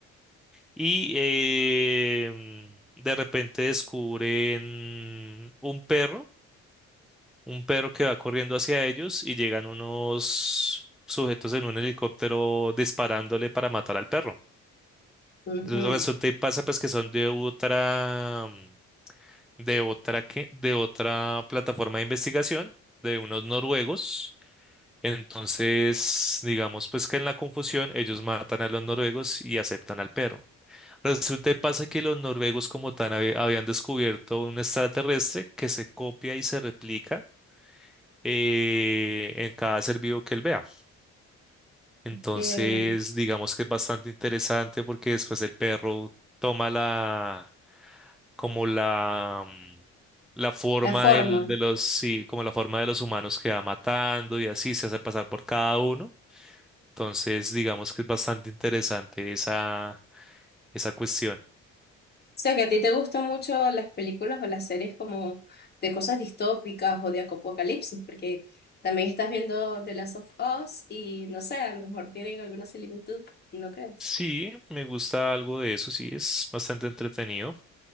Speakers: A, in the centre; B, on the left.
A: y em, de repente descubren un perro, un perro que va corriendo hacia ellos y llegan unos sujetos en un helicóptero disparándole para matar al perro.
B: Ujú.
A: Resulta y pasa pues que son de otra mm, de otra que, de otra plataforma de investigación de unos noruegos. Entonces, digamos pues que en la confusión ellos matan a los noruegos y aceptan al perro. Resulta y pasa que los noruegos como tal habe- habían descubierto un extraterrestre que se copia y se replica eh, en cada ser vivo que él vea. Entonces,
B: Que
A: digamos que es bastante interesante porque después el perro toma la, como la, mm, la forma
B: la forma.
A: del, de los, sí, como la forma de los humanos que va matando y así se hace pasar por cada uno. Entonces, digamos que es bastante interesante esa, esa cuestión.
B: O sea, que a ti te gustan mucho las películas o las series como de cosas distópicas o de apocalipsis, porque también estás viendo The Last of Us y no sé, a lo mejor tienen alguna similitud, ¿no crees?
A: Sí, me gusta algo de eso, sí, es bastante entretenido.